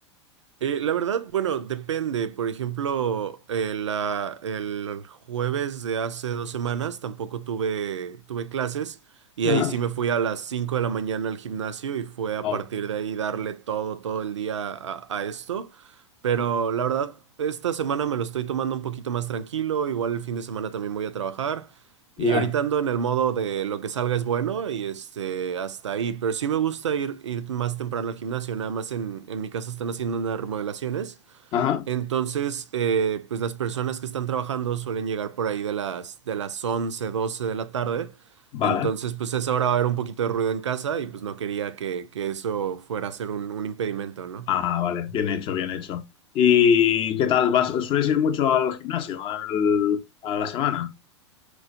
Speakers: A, on the right; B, on the left.
A: Eh, la verdad, bueno, depende. Por ejemplo, eh, la- el jueves de hace dos semanas tampoco tuve, tuve clases y
B: Ajá.
A: ahí sí me fui a las 5 de la mañana al gimnasio y fue a
B: Wow.
A: partir de ahí darle todo, todo el día a, a esto. Pero la verdad, esta semana me lo estoy tomando un poquito más tranquilo. Igual el fin de semana también voy a trabajar.
B: Ya.
A: Y ahorita ando en el modo de lo que salga es bueno y este, hasta ahí. Pero sí me gusta ir, ir más temprano al gimnasio. Nada más en, en mi casa están haciendo unas remodelaciones.
B: Ajá.
A: Entonces, eh, pues las personas que están trabajando suelen llegar por ahí de las, de las 11 12 de la tarde.
B: Vale.
A: Entonces, pues a esa hora va a haber un poquito de ruido en casa y pues no quería que, que eso fuera a ser un, un impedimento, ¿no?
B: Ah, vale. Bien hecho, bien hecho. ¿Y qué tal? ¿Vas, sueles ir mucho al gimnasio al- a la semana?